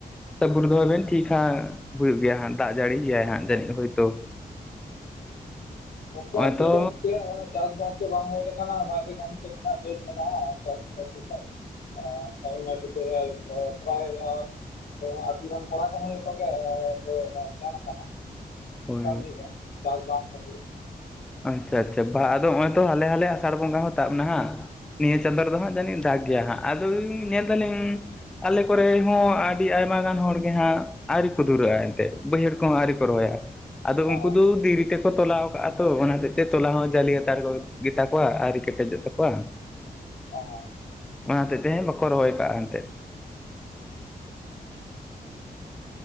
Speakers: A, in the centre; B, on the left.
A: ᱥᱟᱵᱩᱨ ᱫᱚᱦᱚᱭ ᱵᱮᱱ ᱴᱷᱤᱠ ᱦᱟᱸᱜ ᱦᱩᱭᱩᱜ ᱜᱮᱭᱟ ᱦᱟᱸᱜ ᱫᱟᱜ ᱡᱟᱹᱲᱤ ᱜᱮᱭ
B: ᱦᱮᱸ
A: ᱦᱟᱸᱜ ᱡᱟᱹᱱᱤᱡ ᱦᱳᱭᱛᱳ᱾
B: ᱚᱱᱠᱟ
A: ᱱᱚᱜᱼᱚᱭ
B: ᱥᱨ ᱪᱮᱜᱵᱮᱱ
A: ᱛᱚ
B: ᱪᱤᱠᱟᱹᱭᱟ ᱚᱱᱮ ᱪᱟᱥᱵᱟᱥ ᱠᱚ ᱵᱟᱝ ᱦᱩᱭ ᱞᱮᱠᱷᱟᱱ ᱦᱟᱸᱜ ᱵᱟᱭᱨᱮ ᱠᱟᱹᱢᱤ ᱥᱮᱫ ᱜᱮ ᱱᱟᱟᱜ ᱫᱟᱹᱲ ᱞᱟᱜᱟᱜᱼᱟ ᱛᱚᱢᱞ ᱱᱟᱰᱤ ᱥᱮᱡ ᱟ᱾ ᱛᱟᱢᱤᱞᱱᱟᱰᱩ ᱥᱮᱫ ᱯᱨᱟᱭ ᱛᱚ ᱟᱛᱩᱨ ᱨᱮᱱ ᱠᱚᱲᱟ ᱠᱚᱦᱚᱸ ᱡᱚᱛᱚ ᱜᱮ ᱠᱚ ᱥᱮᱱ ᱟᱠᱟᱱᱟ᱾
A: ᱦᱳᱭ
B: ᱠᱟᱹᱢᱤ
A: ᱦᱳᱭ
B: ᱜᱮ ᱪᱟᱥ ᱵᱟᱝ ᱠᱷᱟᱹᱛᱤᱨ᱾
A: ᱟᱪᱪᱷᱟ ᱟᱪᱪᱷᱟ ᱵᱟ ᱟᱫᱚ ᱱᱚᱜᱼᱚᱭ ᱛᱚ ᱦᱟᱞᱮ ᱦᱟᱞᱮ ᱟᱥᱟᱲ ᱵᱚᱸᱜᱟ ᱦᱚᱸ ᱛᱟᱵ ᱱᱟ ᱦᱟᱸᱜ᱾ ᱱᱤᱭᱟᱹ ᱪᱟᱸᱫᱚ ᱨᱮᱫᱚ ᱦᱟᱸᱜ ᱡᱟᱹᱱᱤᱡᱧ ᱫᱟᱜ ᱜᱮᱭᱟ ᱦᱟᱸᱜ ᱟᱫᱚ ᱧᱮᱞ ᱫᱟᱞᱤᱧ ᱟᱞᱮ ᱠᱚᱨᱮ ᱦᱚᱸ ᱟᱹᱰᱤ ᱟᱭᱢᱟ ᱜᱟᱱ ᱦᱚᱲᱜ ᱜᱮ ᱦᱟᱸᱜ ᱟᱹᱨᱤ ᱠᱚ ᱫᱷᱩᱨᱟᱹᱜᱼᱟ ᱮᱱᱛᱮᱫ᱾ ᱵᱟᱹᱭᱦᱟᱹᱲ ᱠᱚᱦᱚᱸ ᱟᱹᱣᱨᱤ ᱠᱚ ᱨᱚᱦᱚᱭᱟ᱾ ᱟᱫᱚ
B: ᱦᱚᱸ
A: ᱩᱱᱠᱩ ᱫᱚ ᱫᱷᱤᱨᱤ ᱛᱮᱠᱚ ᱛᱚᱞᱟᱣ ᱟᱠᱟᱫᱼᱟ᱾ ᱛᱚ ᱚᱱᱟ ᱦᱚᱛᱮᱡ ᱛᱮ ᱛᱚᱞᱟ ᱦᱚᱸ ᱡᱟᱹᱞᱤ ᱦᱟᱛᱟᱲ ᱠᱚ ᱜᱮᱛᱟ ᱠᱚᱣᱟ ᱟᱣᱨᱤ ᱠᱮᱴᱮᱡᱚᱜ ᱛᱟᱠᱚᱣᱟ᱾
B: ᱚ᱾
A: ᱚᱱᱟ ᱦᱚᱛᱮᱡ ᱛᱮᱦᱮᱧ ᱵᱟᱠᱚ ᱨᱚᱦᱚᱭ ᱠᱟᱜᱼᱟ ᱮᱱᱛᱮᱫ᱾